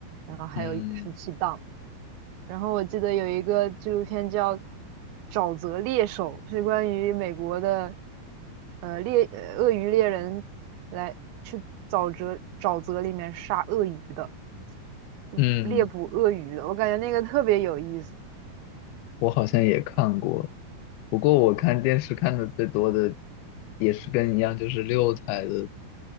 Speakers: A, on the right (about 80°); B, on the left (about 85°).
A: 然后还有十七档。
B: 嗯
A: 然后我记得有一个纪录片叫《沼泽猎手》，是关于美国的呃猎呃鳄鱼猎人来去沼泽沼泽里面杀鳄鱼的，嗯猎捕鳄鱼的。
B: 嗯。
A: 我感觉那个特别有意思，
B: 我好像也看过，不过我看电视看的最多的也是跟你一样，就是六台的